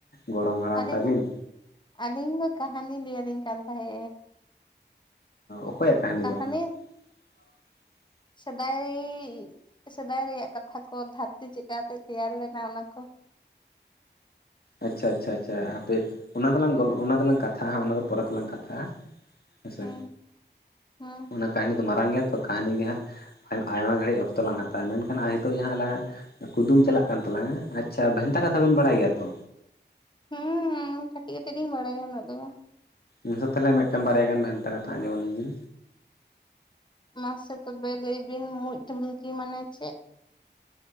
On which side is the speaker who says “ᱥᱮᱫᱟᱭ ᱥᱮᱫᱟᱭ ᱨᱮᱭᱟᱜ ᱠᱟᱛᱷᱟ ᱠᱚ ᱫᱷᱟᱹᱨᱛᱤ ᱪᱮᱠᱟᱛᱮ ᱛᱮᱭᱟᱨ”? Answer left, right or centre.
Left